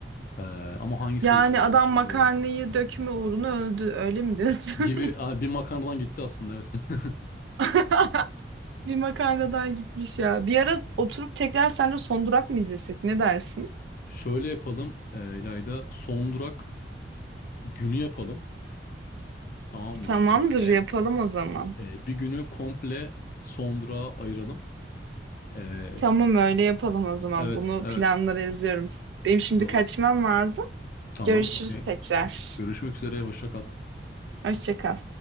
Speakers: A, on the left (about 50°); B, on the right (about 80°).
A: Ee, ama hangi serisi
B: Yani
A: olduğunu
B: adam
A: hatırlamıyorum.
B: makarnayı dökme uğruna öldü. Öyle mi diyorsun?
A: Gibi Aa, bir makarnadan gitti aslında evet. <laughs>
B: <laughs> Bir makarnadan gitmiş ya. Bir ara oturup tekrar seninle Son Durak mı izlesek? Ne dersin?
A: Şöyle yapalım e, İlayda. Son durak günü yapalım. Tamam mı?
B: Tamamdır,
A: Böyle
B: yapalım o zaman.
A: e, bir günü komple son durağa ayıralım. Ee,
B: Tamam öyle yapalım o zaman.
A: evet
B: Bunu
A: evet
B: planlara yazıyorum. Benim şimdi
A: yazalım.
B: kaçmam lazım.
A: Tamam
B: Görüşürüz
A: okey.
B: tekrar.
A: Görüşmek üzere hoşça kal.
B: Hoşça kal.